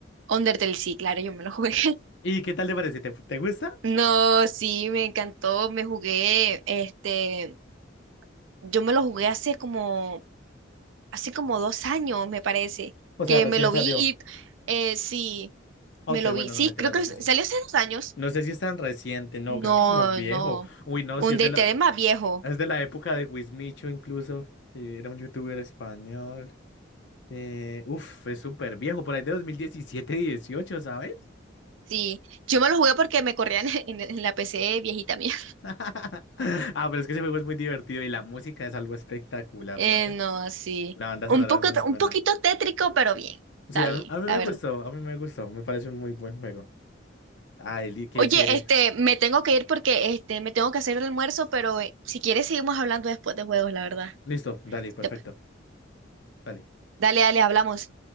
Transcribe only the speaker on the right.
Undertale, sí, claro, yo me lo jugué. <laughs>
No, sí, me encantó, me jugué, este, yo me lo jugué hace como, hace como dos años, me parece,
que
me lo
vi y, eh, sí,
me lo
vi, sí,
creo que
s-
salió hace dos años.
No,
no,
un
DT
es más viejo,
sí, yo me lo jugué porque me corrían <laughs> en, en la PC viejita mía
Eh,
no, sí.
Un
poco,
un poquito tétrico, pero bien.
Está
bien,
la
verdad.
Oye,
este, me tengo que ir porque este, me tengo que hacer el almuerzo, pero eh, si quieres seguimos hablando después de juegos, la verdad.
Te-
Dale, dale, hablamos.